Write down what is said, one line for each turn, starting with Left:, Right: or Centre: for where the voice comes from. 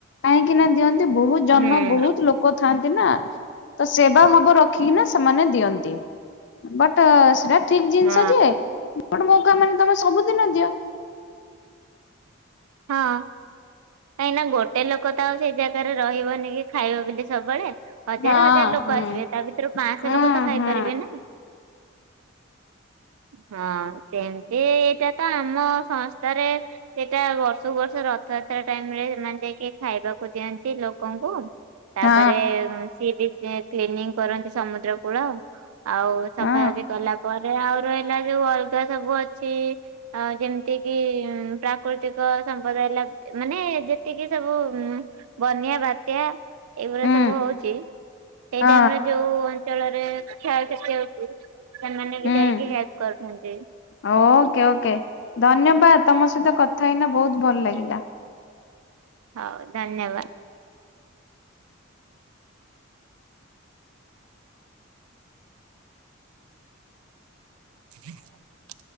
Left: କାହିଁକି ନା ଦିଅନ୍ତି ବହୁତ ଜନ
Right: ହୁଁ
Left: ବହୁତ ଲୋକ ଲୋକଥାନ୍ତି ନା ତ ସେବା ଭାବ ରଖିକି ନା ସେମାନେ ଦିଅନ୍ତି। ବଟ ସେଟା ଠିକ ଜିନିଷ
Right: ହଁ
Left: ଯେ ବଟ ମୌକା ମାନେ ତମେ ସବୁଦିନ ଦିଅ?
Right: ହଁ। କାହିଁକି ନା ଗୋଟେ ଲୋକ ତ ଆଉ ସେଇ ଜାଗାରେ ରହିବନି କି ଖାଇବ ବୋଲିିି ସବୁବେଳେ। ହଜାର
Left: ହଁ
Right: ହଜାର ଲୋକ
Left: ହୁଁ
Right: ଆସିବେ ତା ଭିତରୁ ପାଞ୍ଚଶହ
Left: ହୁଁ
Right: ଲୋକ ତ ଖାଇପାରିବେ
Left: ହୁଁ
Right: ନା। ହଁ ସେମିତି ଏଇଟା ତ ଆମ ସଂସ୍ଥାରେ ସେଇଟା ବର୍ଷ ସବୁ ବର୍ଷ ରଥଯାତ୍ରା ଟାଇମ ରେ ସେମାନେ ଯାଇକି ଖାଇବାକୁ ଦିଅନ୍ତି ଲୋକଙ୍କୁ। ତାପରେ
Left: ହଁ
Right: ସିଏ ବି କ୍ଲିନିଂ କରନ୍ତି ସମୁଦ୍ର କୂଳ। ଆଉ ସଫାସଫି
Left: ହଁ
Right: କଲା ପରେ ରେ ଆଉ ରହିଲା ଯୋଉ ଅଲଗା ସବୁ ଅଛି ଆ ଯେମିତି କିି ପ୍ରାକୃତିକ ସମ୍ପଦାୟ ହେଲା ମାନେ ଯେତିକି ସବୁ ବନ୍ୟା ବାତ୍ୟା ଏଇଭଳିଆ
Left: ହୁଁ
Right: ସବୁ ହଉଛି ସେଇ
Left: ହଁ
Right: ଟାଇମରେ ଯୋଉ ଅଞ୍ଚଳରେ କ୍ଷୟକ୍ଷତି ହଉଛି ସେମାନେ
Left: ହୁଁ।
Right: ବି ଯାଇକି ହେଲ୍ପ କରୁଥାନ୍ତି।
Left: ଓକେ ଓକେ ଧନ୍ୟବାଦ ତମ ସହିତ କଥା ହେଇନା ବହୁତ ଭଲ ଲାଗିଲା।
Right: ହଉ ଧନ୍ୟବାଦ। ହ